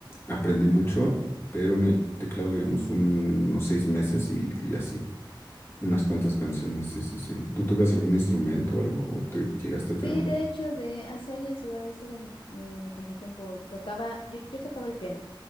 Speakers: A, on the left; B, on the left.
A: aprendí mucho, pero en el teclado digamos un- unos seis meses y, y así, unas cuantas canciones, sí, sí, sí. ¿Tú tocas algún instrumento o algo? ¿O te llegaste a tener
B: Sí,
A: un... pas-
B: de hecho, de hace años igual ese era mi, mi pasatiempo. Tocaba, yo, yo tocaba el piano.